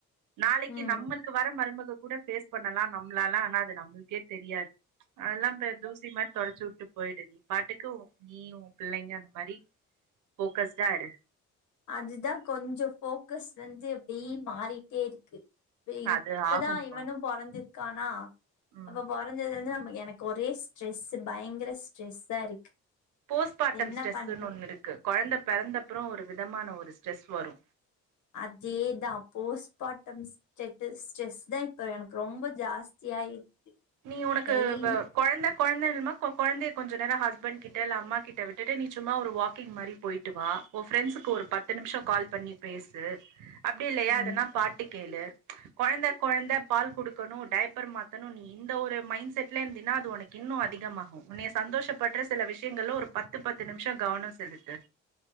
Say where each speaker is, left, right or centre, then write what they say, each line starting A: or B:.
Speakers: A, on the right; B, on the left.
A: நாளெக்கி
B: ம்
A: நம்மளுக்கு வர மருமக கூட ஃபேஸ் பண்ணலா நம்மளாலா ஆனா அது நம்மளுக்கே தெரியாது அதல்லா இந்த தூசி மாரி தொடச்சு உட்டு போயிடு நீ பாட்டுக்கு ஊ இ நீயு ஊ புள்ளெங்க மரி ஃபோக்கஸ்டா இரு
B: அதுதா கொஞ்சொ ஃபோக்கஸ் வந்து அப்டி மாறிட்டே இருக்கு இப்பதா
A: அது ஆகும்பா
B: இவனு பொறந்திர்க்கானா
A: ம்
B: அப்ப பொறந்ததுல இருந்து நம்ம எனக்கு ஒரே ஸ் ட்ரெஸ் பயங்கர ஸ்ட்ரெஸ்ஸா இருக்கு
A: போஸ்பாட்டம்
B: என்ன
A: ஸ்ட்ரெஸுன்னு
B: பண்றது
A: ஒன்னு இருக்கு கொழந்த பிறந்த அப்பறொ ஒரு விதமான ஒரு ஸ்ட்ரெஸ் வரு
B: அதேதா போஸ்பாட்டம் ஸ் டெத்திஸ் ஸ்ட்ரெஸ் தா இப்ப எனக்கு ரொம்ப ஜாஸ் ஸ்தியா இருக்கு
A: நீ உனக்கு
B: டெய்லி
A: வ கொழந்த கொழந்த ன்னு இருந்தா கொ கொழந்தைய கொஞ்ச நேர ஹஸ்பண்ட் கிட்ட இல்ல அம்மா கிட்ட விட்டுட்டு நீ சும்மா ஒரு வாக்கிங் மாரி போய் ட்டு வா ஊ ஃப்ரெண்ட்ஸுக்கு ஒரு பத்து நிம்ஷோ கால் பண்ணி பேசு அப்டி இல்லயா
B: ம்
A: எதனா பாட்டு கேளு கொழந்த கொழந்த பால் குடுக்கணு டைய்ப்பர் மாத்தனு நீ இந்த ஒரு மைண் செட்ல இருந்தீனா அது உனக்கு இன்னு அதிகமாகு உன்னைய சந்தோஷ படுட்ற சில விஷயங்கள்ல ஒரு பத்து பத்து நிம்ஷொ கவனோ செலுத்து